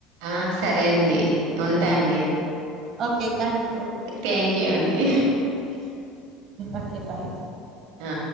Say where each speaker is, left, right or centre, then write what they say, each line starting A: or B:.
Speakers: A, on the right; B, on the right.
A: ఆ సరే అండి ఉంటాండి.
B: ఓకే థంక్
A: థ్యాంక్ యూ అండి
B: ఓకే బాయ్
A: ఆ